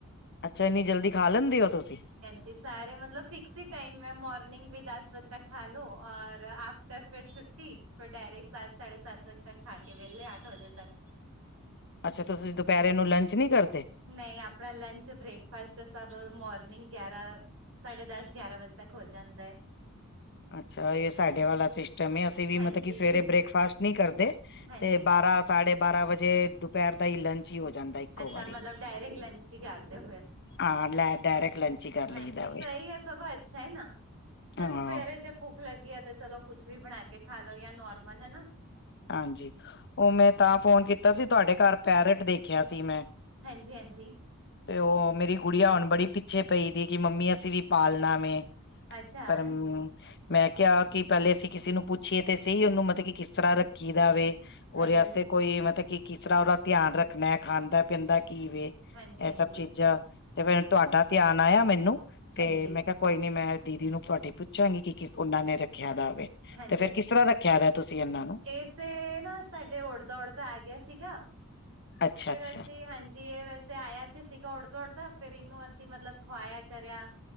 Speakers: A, on the left; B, on the right.
A: ਅੱਛਾ ਇੰਨੀ ਜਲਦੀ ਖਾ ਲੈਂਦੇ ਓ ਤੁਸੀਂ?
B: ਜੀ ਸਾਰੇ ਮਤਲਬ ਫਿਕਸ ਈ ਟਾਈਮ ਐ ਮੋਰਨਿੰਗ ਵੀ ਦਸ ਵਜੇ ਤੱਕ ਖਾਲੋ ਔਰ ਆਫਟਰ ਫੇਰ ਛੁੱਟੀ ਫੇਰ ਡਾਇਰੇੈ ਸਤ-ਸਾਢੇ ਸਤ ਵਜੇ ਤੱਕ ਖਾ ਕੇ ਵੇਲੇ ਅੱਠ ਵਜੇ ਤੱਕ
A: ਅੱਛਾ ਤੁਸੀਂ ਦੁਪੈਰੇ ਨੂੰ ਲੰਚ ਨੀ ਕਰਦੇ?
B: ਨਈ ਆਪਣਾ ਲੰਚ, ਬ੍ਰੇਕਫਾਸਟ ਸਭ ਮੋਰਨਿੰਗ ਗਿਆਰਾਂ ਸਾਢੇ ਦਸ ਗਿਆਰਾਂ ਵਜੇ ਤੱਕ ਹੋ ਜਾਂਦਾ ਏ।
A: ਅੱਛਾ, ਏ ਸਾਡੇ ਵਾਲਾ ਸਿਸਟਮ ਏ, ਅਸੀਂ ਵੀ
B: ਹਾਂਜੀ
A: ਮਤਲਬ ਕਿ ਸਵੇਰੇ ਬ੍ਰੇਕਫਾਸਟ ਨਈ ਕਰਦੇ
B: ਹਾਂਜੀ
A: ਤੇ ਬਾਰਾਂ ਸਾਢੇ ਬਾਰਾਂ ਵਜੇ ਦੁਪੈਰ ਦਾ ਈ ਲੰਚ ਹੀ ਹੋ ਜਾਂਦਾ ਇੱਕੋ
B: ਅੱਛਾ,
A: ਵਾਰੀ
B: ਮਤਲਬ ਡਾਇਰੈਕਟ ਲੰਚ ਈ ਕਰਦੇ ੳ ਫੇਰ।
A: ਹਾਂ ਲੈ ਡਾਇਰੈਕਟ ਲੰਚ ਹੀ ਕਰ
B: ਹਾਂਜੀ,
A: ਲਈਦਾ
B: ਸਈ
A: ਵੇ
B: ਐ ਸਗੋਂ ਅੱਛਾ ਏ ਨਾ। ਫੇਰ
A: ਹਾਂ
B: ਦੁਪੈਰੇ ਜੇ ਭੁੱਖ ਲੱਗੀ ਆ ਤੇ ਚਲੋ ਕੁਛ ਵੀ ਬਣਾ ਕੇ ਖਾ ਲੋ ਜਾਂ ਨੋਰਮਲ ਹਨਾ।
A: ਹਾਂਜੀ, ਉ
B: ਹਾਂਜੀ
A: ਮੈਂ ਤਾਂ ਫੋਨ ਕੀਤਾ ਸੀ ਤੁਹਾਡੇ ਘਰ ਪੈਰਟ ਦੇਖਿਆ ਸੀ ਮੈਂ।
B: ਹਾਂਜੀ -ਹਾਂਜੀ।
A: ਤੇ ਉ ਮੇਰੀ ਗੁੜੀਆ ਹੁ। ਬੜੀ ਪਿੱਛੇ ਪਈ ਦੀ ਕਿ ਮੰਮੀ ਅਸੀਂ ਵੀ ਪਾਲਨਾ ਵੇ।
B: ਅੱਛਾ
A: ਪਰਮਮ ਮੈਂ ਕਿਆ, ਕਿ ਪੈਲੇ ਅਸੀਂ ਕਿਸੇ ਨੂੰ ਪੁੱਛੀਏ ਤੇ ਸਈ ਉਨੂੰ ਮਤਲਬ ਕਿ ਕਿਸ ਤਰ੍ਹਾਂ ਰੱਖੀਦਾ ਵੇ। ਉ
B: ਹਾਂਜੀ
A: ਦੇ ਵਾਸਤੇ ਕੋਈ ਮਤਲਬ ਕਿ ਕਿਸ ਤਰ੍ਹਾਂ ਉਦਾ ਧਿਆਨ ਰੱਖਨੈ। ਖਾਂਦਾ-ਪੀਂਦਾ ਕੀ ਵੇ? ਏ
B: ਹਾਂਜੀ ਹਾਂਜੀ
A: ਸਭ ਚੀਜ਼ਾਂ ਤੇ ਫੇਰ ਤੁਹਾਡਾ ਧਿਆਨ ਆਇਆ ਮੈਨੂੰ, ਤੇ
B: ਹਾਂਜੀ,
A: ਮੈਂ ਕਿਹਾ ਕੋਈ ਨੀ ਮੈਂ ਦੀਦੀ ਨੂੰ ਤੁਹਾਡੀ ਪੁੱਛਾਂਗੀ ਕਿ ਉਨਾਂ ਨੇ ਰ ਰੱਖਿਆ ਦਾਵੇ।
B: ਹਾਂਜੀ-ਹਾਂਜੀ
A: ਤੇ ਫੇਰ ਕਿਸ ਤਰ੍ਹਾਂ ਰੱਖਿਆ ਦਾ ਏ ਤੁਸੀਂ ਇਨਾਂ ਨੂੰ?
B: ਇਹ ਤੇ ਨਾ ਸਾਡੇ ਉੱੜਦਾ-ਉੱੜਦਾ ਆ ਗਿਆ ਸੀਗਾ।
A: ਅੱਛਾ
B: ਫੇਰ
A: ਅੱਛਾ
B: ਅਸੀਂ ਹਾਂਜੀ ਏ ਵੈਸੇ ਆਇਆ ਤੇ ਸੀਗਾ ਉੱੜਦਾ-ਉੱੜਦਾ, ਫੇਰ ਇਨੂੰ ਅਸੀਂ ਮਤਲਬ ਖਵਾਇਆ ਕਰਿਆ।